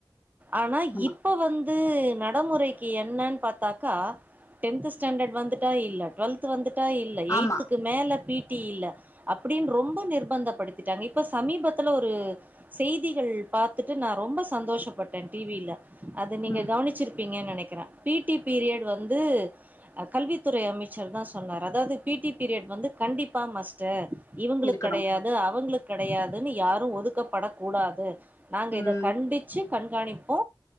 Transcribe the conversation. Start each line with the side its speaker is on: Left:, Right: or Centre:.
Right: ஆனா
Left: ஆமா
Right: இப்ப வந்து நடைமுறைக்கு என்னன்னு பாத்தாக்கா டென்த் ஸ்டாண்டர்ட் வந்துட்டா இல்ல டுவெல்த் வந்துட்டு இல்ல
Left: ஆமா
Right: எய்த்துக்கு மேல பி டி இல் அப்டின்னு ரொம்ப நிர்பந்தப்படுத்திட்டாங்க இப்போ சமீபத்தில் ஒரு செய்திகள் பாத்துட்டு நா ரொம்ப சந்தோஷப்பட்டே டிவியில அத நீங்க
Left: ம்
Right: கவனிச்சிருப்பீங்கனு நெனக்கு இருக்ற பீ டி பீரியட் வந்து கல்வித்துறை அமைச்சர் தா சொன்னார் அதாவது பீ டி பீரியட் வந்து கண்டிப்பா மஸ்ட்டு இவுங்களுக்கு
Left: இருக்கணும்
Right: கெடயாது அவுங்களுக்கு கெடயாதுன்னு யார் ஒதுக்கப்படக் கூடாது நாங்க
Left: ம்
Right: இதக் கண்டிச்சு கண்காணிப்போ